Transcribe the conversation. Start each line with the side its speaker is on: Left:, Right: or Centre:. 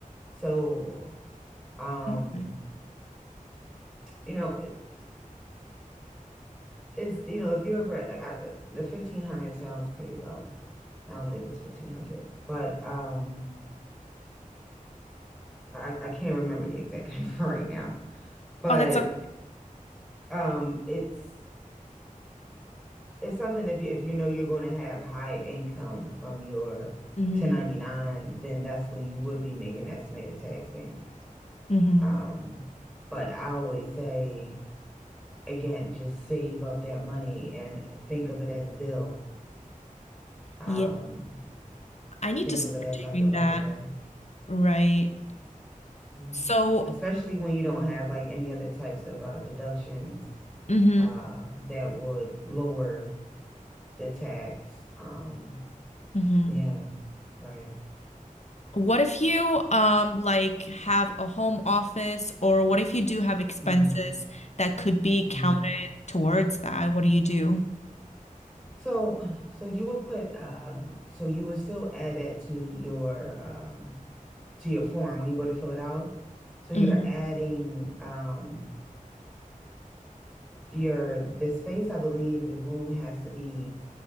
Centre: So, um,
Left: Okay.
Centre: you know. it- is you know if you're over at like I, the 1500 sounds pretty low I don't think it's 1500 but um I, I can't remember the exact <laughs> number right now but
Left: Oh, that's a
Centre: um it's it's something if you if you know you're going to have high income from your
Left: hmm
Centre: 1099 then that's when you would be making estimated tax payments
Left: hmm
Centre: um but I always say again just save up that money and think of it as a bill um
Left: Yeah, I need
Centre: think
Left: to start
Centre: of it as like
Left: doing
Centre: a regular
Left: that.
Centre: bill
Left: Right.
Centre: Mhm.
Left: So,
Centre: Especially when you don't have like any other types of uh, deductions
Left: hmm
Centre: um, that would lower the tax. Um,
Left: hmm
Centre: yeah, right.
Left: What if you um like have a home office or what if you do have expenses
Centre: hmm
Left: that could be
Centre: hmm
Left: counted towards that? What do you do?
Centre: So, so you would put, um, so you would still add that to your um, to your form when you go to fill it out. So you're
Left: hmm
Centre: adding um, your the space. I believe the room has to be